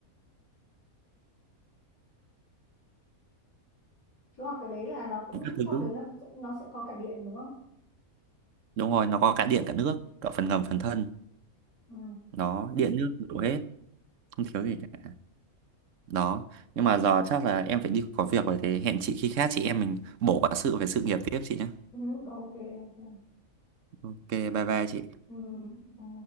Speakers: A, on the left; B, on the right.
A: chú học cái đấy là nó cũng
B: các thứ
A: trong đấy nó sẽ- nó sẽ có cả điện đúng không
B: đúng rồi nó có cả điện cả nước cả phần ngầm phần thân
A: ừ.
B: nó điện nước đủ hết không thiếu gì cả đó nhưng mà giờ chắc là em phải đi có việc rồi thế hẹn chị khi khác chị em mình bổ quả sự về sự nghiệp tiếp chị nhé
A: Ừ, ok, ok.
B: ok bye bye chị
A: Ừ. ừ.